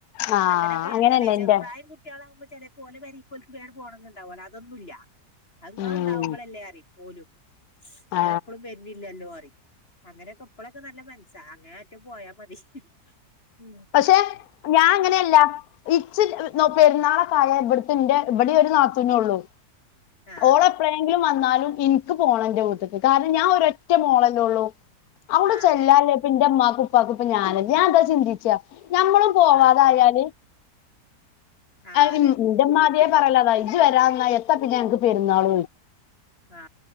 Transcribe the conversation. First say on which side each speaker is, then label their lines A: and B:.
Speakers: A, on the left; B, on the left.
A: ആ
B: അങ്ങനെയൊക്കെ
A: അങ്ങനെയല്ലേ
B: അല്ലേ ചെറുപ്രായം
A: എന്റെ
B: കുട്ടികളാകുമ്പ ചെ പോലെ വരക്കോക്കക്ക് വേണ പോകണംന്ന ഉണ്ടാവകല്ലോ അതൊന്നുമല്ല അതുങ്ങൾ
A: ഉം
B: ഉണ്ടാവുമ്പോ <inaudible> ൾ എല്ലാം അറിയും പോലു നിങ്ങള
A: ആ
B: എപ്പഴും വരുന്നില്ലല്ലോ അറി അങ്ങനെയൊക്കെ ഇപ്പഴൊക്കെ നല്ല മനസാ അങ്ങനെ ആറ്റ പോയാ മതി ഉ
A: പക്ഷെ ഞാൻ അങ്ങനെയല്ല ഇച്ച നോ പെരുന്ന ഇവിടുത്തെ എന്റെ ഇവിടെ ഒരു നാത്തുനേള്ളു
B: ആഹ്
A: ഓള് എപ്പളെങ്കിലും എന്നാലും എനിക്ക് പോണന്റെ വീട്ടിക്ക് കാരണം ഞാൻ ഒര ഒറ്റ മ മോളല്ല ഉള്ളൂ അവിടെ
B: ആഹ്
A: ചെല്ലാല്ലേ
B: അതന്നെ
A: പിന്റെ ഇമാക്ക് ഉപ്പക്ക് ഇപ്പ ഞാൻ ഞാൻ എതാ ചിന്തിച്ച ഞമ്മളും പോവാത്തയാല്
B: ആഹ് ആഹ്
A: അ യ്ന്ഇന്റെമാതിയേ
B: അതെ
A: പറയലതാ ഇജ് വരാത്തെഎത്താ പിന്നെ ഞങ്ങക്ക് പെരുന്നാൾ
B: ആ